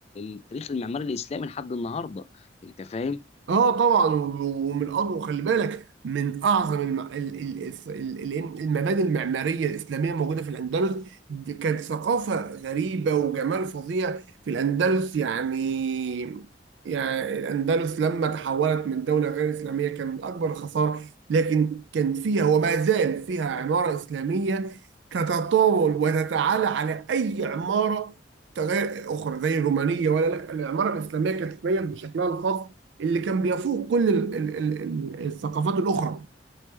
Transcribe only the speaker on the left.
التاريخ المعماري الاسلامي لحد النهارده انت فاهم